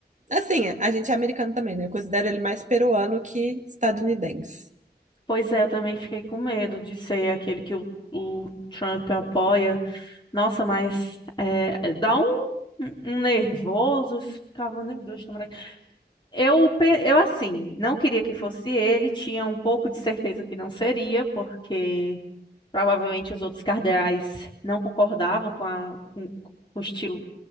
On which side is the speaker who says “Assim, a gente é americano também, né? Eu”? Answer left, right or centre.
Right